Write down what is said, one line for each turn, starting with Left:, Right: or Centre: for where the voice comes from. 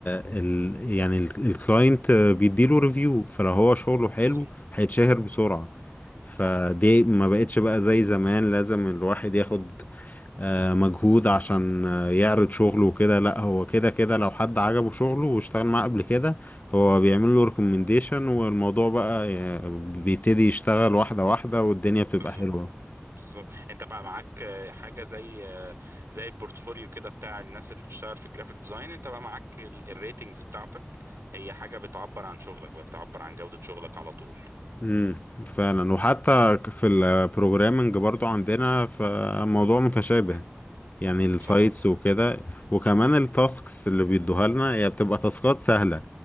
Left: ال يعني الكلاينت بيديله ريفيو فلو هو شغله حلو
Right: مظبوط
Left: هيتشهر بسرعة فدي
Right: صح
Left: ما بقتش بقى زي زمان لازم الواحد ياخد آه، مجهود عشان آه، يعرض شغله وكده لا هو كده كده لو حد عجبه شغله واشتغل معاه قبل كده هو بيعمل له ريكومنديشن والموضوع بقى آه، بيبتدي يشتغل واحدة واحدة والدنيا بتبقى
Right: بالظبط
Left: حلوة
Right: بالظبط انت بقى معاك آه، حاجة زي آه، زي البورتفوليو كده بتاع الناس اللي بتشتغل في الجرافيك ديزاين انت بقى معاك ال- الريتنجز بتاعتك هي حاجة بتعبر عن شغلك بقى بتعبر عن جودة شغلك على طول
Left: امم فعلا وحتى في
Right: م-
Left: البروجرامنج برضو عندنا فموضوع متشابه
Right: م-
Left: يعني السايتس
Right: صح
Left: وكده وكمان التاسكس اللي بيدوها لنا هي بتبقى تاسكات سهلة